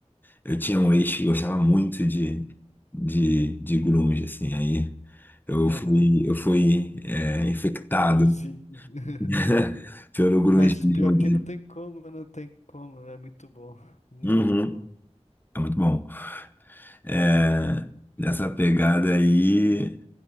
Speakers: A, on the left (about 15°); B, on the left (about 80°).
A: Eu tinha um ex que gostava muito de, de, de grunge, assim. Aí eu
B: Aham,
A: fui, eu fui é, infectado
B: induzido. <laughs>
A: <laughs> pelo grungismo
B: Mas pior
A: dele.
B: que não tem como, não tem como, é muito bom, muito
A: Uhum.
B: bom.
A: É muito bom. É, nessa pegada aí,